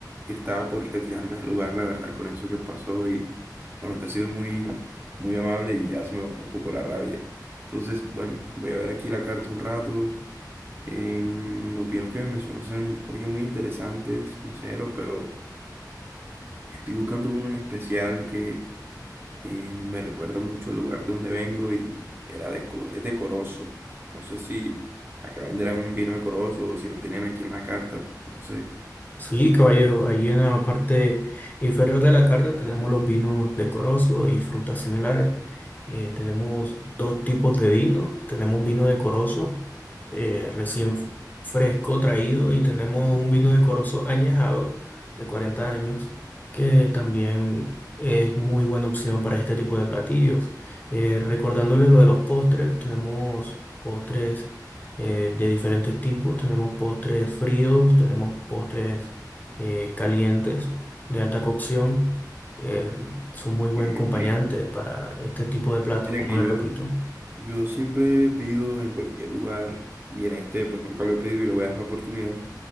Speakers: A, on the right; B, on the left.
A: estaba por retirarme del lugar, la verdad, con eso que pasó. Y bueno, usted ha sido muy, muy amable y ya se me bajó un poco la rabia. Entonces, bueno, voy a ver aquí la carta un rato. Em, los pinos que me mencionó se oyen muy interesantes, mesero, pero. Estoy buscando uno en especial que eh, me recuerda mucho al lugar de donde vengo y era de, Cor- es de Corozo. No sé si acá venderán un vino de Corozo o si lo tienen aquí en la carta, no sé.
B: Sí, caballero, ahí en la parte inferior de la carta tenemos los vinos decorosos y frutas similares. Eh, tenemos dos tipos de vino. Tenemos vino decoroso eh, recién f- fresco traído y tenemos un vino decoroso añejado de 40 años que también es muy buena opción para este tipo de platillos. Eh, recordándole lo de los postres, tenemos postres eh, de diferentes tipos. Tenemos postres fríos, tenemos postres eh, calientes, de alta cocción, eh, son muy buen
A: Ok,
B: acompañante
A: ok.
B: para este tipo de platos,
A: Mira
B: como
A: que
B: le
A: yo,
B: repito.
A: yo siempre pido en cualquier lugar y en este pues nunca lo he pedido y lo voy a dar la oportunidad.